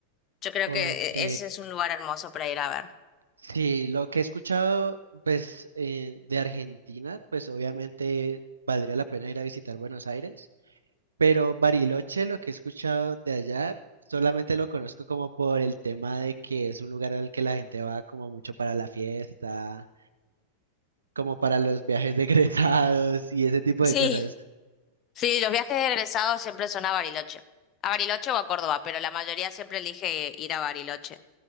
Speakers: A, on the left; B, on the right.
A: Yo creo
B: Ok.
A: que e- ese es un lugar hermoso para ir a ver.
B: Sí, lo que he escuchado, pues, eh, de Argentina, pues obviamente valdría la pena ir a visitar Buenos Aires, pero Bariloche, lo que he escuchado de allá, solamente lo conozco como por el tema de que es un lugar al que la gente va como mucho para la fiesta, como para los viajes de egresados y ese tipo
A: Sí,
B: de cosas.
A: sí, los viajes de egresados siempre son a Bariloche. A Bariloche o a Córdoba, pero la mayoría siempre elige ir a Bariloche.